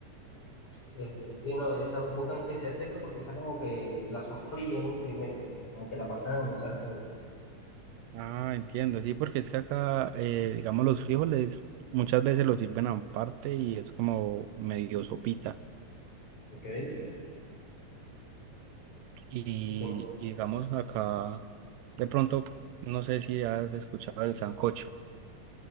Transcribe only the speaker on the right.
Ah, entiendo, sí, porque es que acá, eh, digamos, los frijoles muchas veces los sirven aparte y es como medio sopita.
Y,
y digamos acá, de pronto, no sé si has escuchado el sancocho.